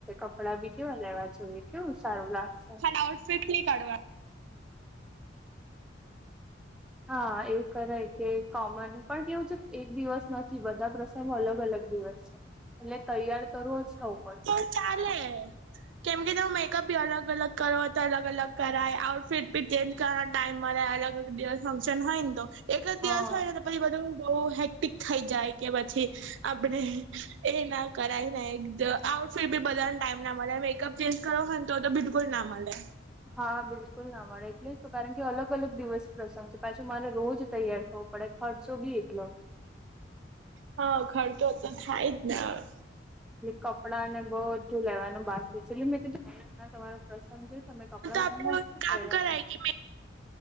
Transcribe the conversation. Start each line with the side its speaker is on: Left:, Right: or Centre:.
Centre: કપડા બી કેવા લેવા જોઈએ કેવું સારું લાગશે
Right: આઉટફિટ ની કાઢવાનું
Centre: હા એવું કરે કે કોમન પણ કેવું છે એક દિવસ નથી બધા પ્રશ્ ગ અલગ અલગ દિવસ છે એટલે તૈયાર તો રોજ થવું પડશે
Right: હ ચાલે કેમ કે મેકઅપી અલગ અલગ કર હો તો અલગ અલગ કરાય આઉટફિટ ભી ચેન્જ કરના ટાઈમ મળે અલગ અલગ ફંક્શન હોયને તો એક જ
Centre: હા
Right: દિવસ હોયને તો પછી બધું બહુ હેક્ટિક થઈ જાય કે પછી આપણે એના કરાઇ નાઈ એક આઉટફિટ બી બધલવા ટાઈમ ના મળે મેકઅપ ચેન્જ કરો હતો તો બિલકુલના મળે
Centre: હા બિલકુલ ના મળે એટલે તો કારણ કે અલગ અલગ દિવસ પ્રસંગ છે પાછું મારે રોજ તૈયાર થવું પડે ખર્ચો બી એટલો
Right: હા ખર્ચો તો થાય જ ને હવે
Centre: કપડાંને બધું લેવાનું બાકી છે એટલે મેં કીધું તમારું સંજીવ તમે કપડા
Right: તો
Centre: બધા
Right: આપડે
Centre: મસ્ત પહેર્યા
Right: કામ કરાય
Centre: હતા
Right: કે